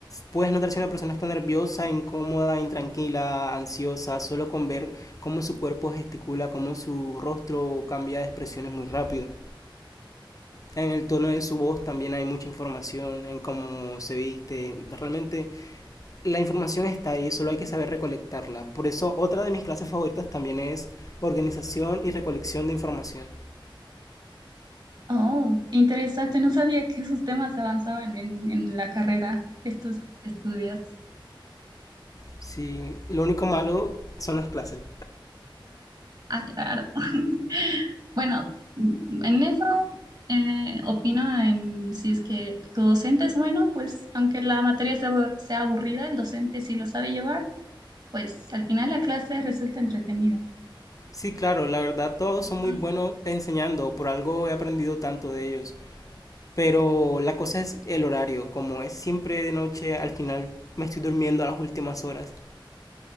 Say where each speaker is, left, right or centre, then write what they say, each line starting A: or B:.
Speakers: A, on the left; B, on the right.
A: Puedes notar si una persona está nerviosa, incómoda, intranquila, ansiosa, solo con ver cómo su cuerpo gesticula, cómo su rostro cambia de expresiones muy rápido. En el tono de su voz también hay mucha información, en cómo se viste. Realmente la información está ahí, solo hay que saber recolectarla. Por eso otra de mis clases favoritas también es organización y recolección de información.
B: Oh, interesante. No sabía que esos temas avanzaban en, en la carrera que tú estudias.
A: Sí, lo único malo son las clases.
B: Ah, claro. <laughs> Bueno, en eso eh, opino en si es que tu docente es bueno, pues aunque la materia sea, abur- sea aburrida, el docente si lo sabe llevar, pues al final la clase resulta entretenida.
A: Sí, claro, la verdad todos son muy
B: Mm.
A: buenos enseñando, por algo he aprendido tanto de ellos. Pero la cosa es el horario, como es siempre de noche, al final me estoy durmiendo a las últimas horas.